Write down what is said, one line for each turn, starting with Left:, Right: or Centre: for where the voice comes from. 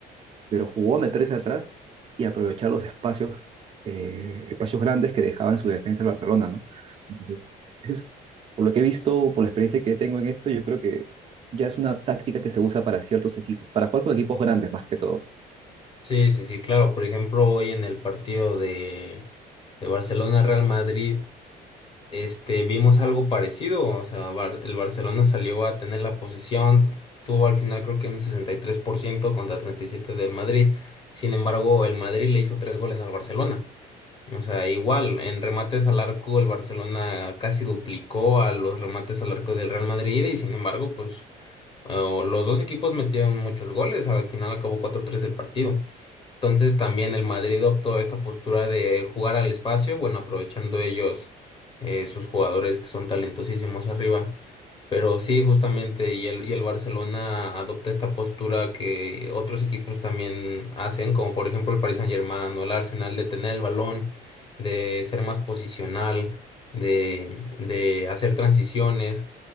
Right: pero jugó a meterse atrás y aprovechar los espacios, eh, espacios grandes que dejaba en su defensa el Barcelona, ¿no? Entonces, eso es, por lo que he visto, por la experiencia que tengo en esto, yo creo que ya es una táctica que se usa para ciertos equipos, para jugar con equipos grandes más que todo.
Left: Sí, sí, sí, claro. Por ejemplo, hoy en el partido de, de Barcelona-Real Madrid, este, vimos algo parecido. O sea, Bar- el Barcelona salió a tener la posesión, tuvo al final creo que un 63% contra 37% del Madrid. Sin embargo, el Madrid le hizo tres goles al Barcelona. O sea, igual, en remates al arco, el Barcelona casi duplicó a los remates al arco del Real Madrid y sin embargo, pues eh, los dos equipos metieron muchos goles. Al final acabó cuatro tres el partido. Entonces también el Madrid optó esta postura de jugar al espacio, bueno, aprovechando ellos eh, sus jugadores que son talentosísimos arriba. Pero sí, justamente, y el, y el Barcelona adopta esta postura que otros equipos también hacen, como por ejemplo el Paris Saint-Germain o el Arsenal, de tener el balón, de ser más posicional, de, de hacer transiciones.